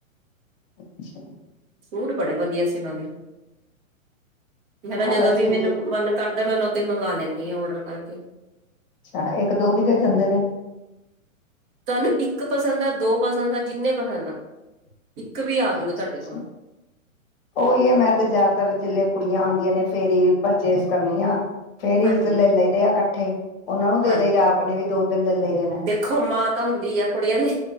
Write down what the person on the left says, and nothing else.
ਅੱਛਾ।
ਹਾਂ
ਵੈਸੇ
ਅੱਛਾ ਇੱਕ ਦੋ ਵੀ ਦੇ ਜਾਂਦੇ ਨੇ
<unintelligible>
ਅੱਛ
ਅੱਛਾ
ਉਹੀ ਹੈ ਮੈਂ ਤੇ ਜ਼ਿਆਦਾਤਰ ਜੇ ਕੁੜੀਆਂ ਆਉਂਦੀਆਂ ਨੇ। ਫੇਰੀ ਪਰਚੇਸ ਕਰਨੀ ਆ। ਫੇਰ
ਲੈ ਲਦੇ ਆ ਇਕੱਠੇ। ਉਹਨਾਂ ਨੂੰ ਦੇ
ਦੇਈ ਆਪ ਨੇ ਵੀ ਦੋ ਤਿੰਨ। ਲੈ ਲਈਦੇ ਨੇ